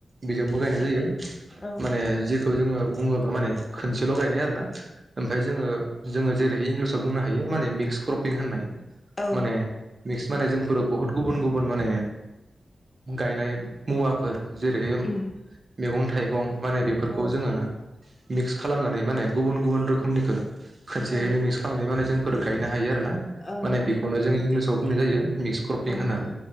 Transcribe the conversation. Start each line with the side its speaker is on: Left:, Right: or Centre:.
Right: बेजोंबो गायनाय जायो
Left: औ
Right: माने जि खौ जोङो बुङोब्ला माने खनसेल' गायनाय आरो ना ओमफाय जोङो जोङो जेरै इंलिसाव बुंनो हायो माने मिक्सख्रुब पिं होननाय
Left: औ
Right: माने मिक्स माने जोंफोरो बुहुत गुबुन गुबुन माने गायनाय मुवाफोर जेरैहाय
Left: उम
Right: मैगं थाइगं माने बेफोरखौ
Left: औ
Right: जोङो मिक्स खालामनानै माने गुबुन गुबुन रोखोमनिखौ खनसेहैनो
Left: औ
Right: मिक्स खालामनाय मानो जों फोर गायनो हायो आरो ना
Left: औ
Right: माने
Left: औ
Right: बेखौनो
Left: नंगौ
Right: जों इंलिसाव बुंनाय जायो मिक्स क्रपिं
Left: औ
Right: होनानै